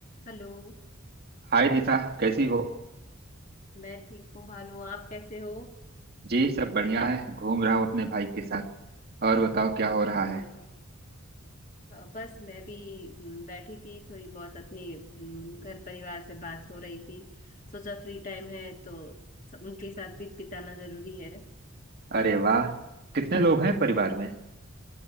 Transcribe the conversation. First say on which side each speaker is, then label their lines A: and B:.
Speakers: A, on the left (about 40°); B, on the right (about 50°).
A: Hello
B: हाय निशा कैसी हो
A: मैं ठीक हूँ भानु आप कैसे हो
B: जी सब बढ़िया है घूम रहा हूँ अपने भाई के साथ और बताओ क्या हो रहा
A: हाँ
B: है
A: जी हाँ अ, बस मैं भी हम्म, बैठी थी थोड़ी बहुत अपने हम्म, घर परिवार से बात हो रही थी सोचा फ्री टाइम है तो सब- उनके साथ भी बिताना जरूरी है
B: अरे वाह कितने लोग हैं परिवार में